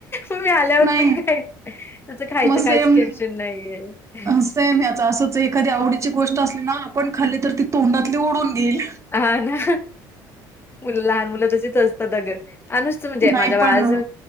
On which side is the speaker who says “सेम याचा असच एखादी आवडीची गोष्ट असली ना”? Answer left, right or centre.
Right